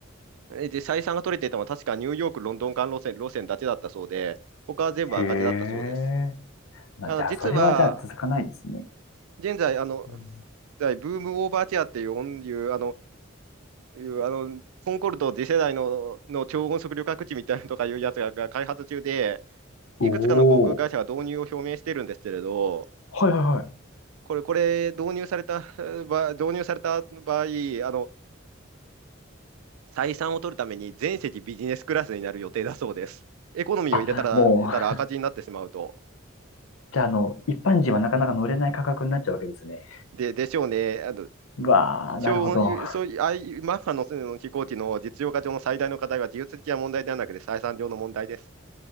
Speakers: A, on the right; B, on the left.
A: えで採算が取れていたのは確かニューヨーク、ロンドン間路線、路線だけだったそうで、他は全部赤字だったそうです。
B: い。へえ。まあ、
A: あの実は、
B: じゃあ、それはじゃあ続かないですね。
A: 現在、あの、
B: うん
A: 在ブームオーバーチェアっていう音、いう、あの、いう、あの、コンコルド次世代の、の超音速旅客機みたいなのとかいうやつが、が開発中で、
B: おー。
A: いくつかの航空会社は導入を表明してるんですけれど、
B: はいはいはい。
A: これ、これ、導入された場、導入された場合、あの、採算を取るために全席ビジネスクラスになる予定だそうです。エコノミーを入れたら、
B: あ、もう、
A: 入れたら赤字になってしまうと。
B: じゃあ、あの、一般人はなかなか乗れない価格になっちゃうわけですね。
A: で、でしょうね。あの、
B: うわー、
A: 超音そういう、
B: なるほど。
A: ああいうマッハのその飛行機の実用化上の最大の課題は技術的な問題ではなくて採算上の問題です。